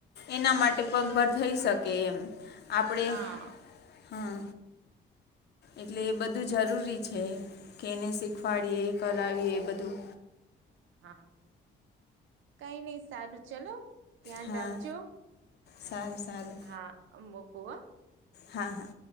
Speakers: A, on the left; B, on the right.
A: એના માટે પગ ભર થઈ શકે એમ આપણે
B: હા
A: હા એટલે એ બધું જરૂરી છે કે એને શીખવાડીએ કરાવીએ એ બધું.
B: હા, કઈ નઈ સારું ચલો ધ્યાન
A: હા
B: રાખજો
A: સારું સારું
B: હા મૂકું હો.
A: હા હા.